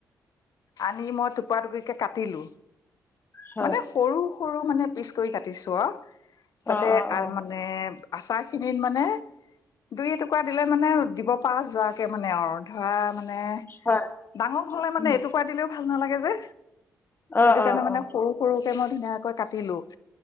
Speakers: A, on the left; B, on the left.
A: আনি মই টুপুৰা টুকুৰিকে কাটিলো।
B: হয়
A: মানে সৰু সৰু মানে পিচ কৰি কাটিছো অ'। যাতে
B: অ অ
A: আৰু
B: অ
A: মানে আচাৰ খিনিত মানে দুই এটুকুৰা দিলে মানে দিব পাৰা যোৱাকে মানে আৰু ধৰা মানে। মানে
B: হয়
A: ডাঙৰ হলে মানে
B: উম,
A: এটুকুৰা দিলেও ভাল নালাগে যে। সেইটো
B: অ অ
A: কাৰণে মানে
B: অ
A: সৰু সৰুকে মই ধুনীয়াকৈ কাটিলো। <inaudible>